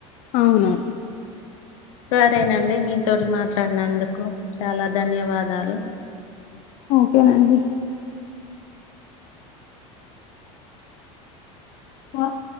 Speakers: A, on the left (about 55°); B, on the left (about 80°).
A: అవును
B: సరేనండి మీతోటి మాట్లాడినందుకు చాలా ధన్యవాదాలు
A: ఓకేనండి పోవ్